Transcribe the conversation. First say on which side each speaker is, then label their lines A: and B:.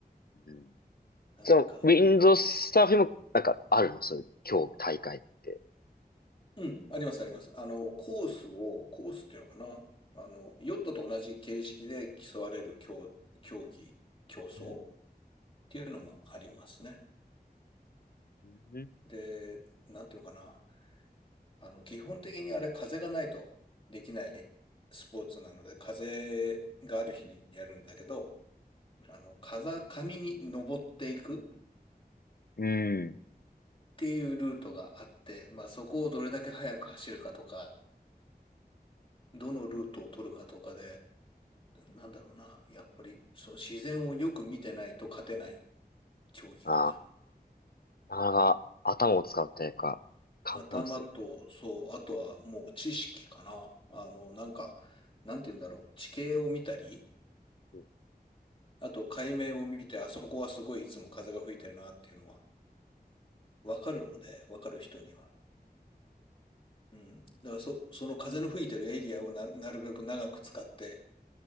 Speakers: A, on the left; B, on the left.
A: うん。
B: なんか、
A: そう、ウィンドサーフィンも、なんか、あるのそういう、今日大会って。
B: うん、ありますあります。あの、コースを、コースっていうのかな。あの、ヨットと同じ形式で競われる競、競技、競争っ
A: うん。
B: ていうのもありますね。
A: うん。
B: で、なんていうのかな。あの、基本的にあれ風がないとできないスポーツなので、風がある日にやるんだけど、あの、風上に登っていくっ
A: うん。
B: ていうルートがあって、まあそこをどれだけ速く走るかとか、どのルートを取るかとかで、なんだろうな、やっぱりその自然をよく見てないと勝てない競技かな。
A: ああ。なかなか頭を使うというか、考えもする。
B: 頭と、そう、あとはもう知識かな。あの、なんか、なんて言うんだろう、地形を見たり、
A: うん。
B: あと海面を見て、あそこはすごいいつも風が吹いてるなっていうのはわかるので、わかる人には。うん。だからそ、その風の吹いてるエリアをな、なるべく長く使って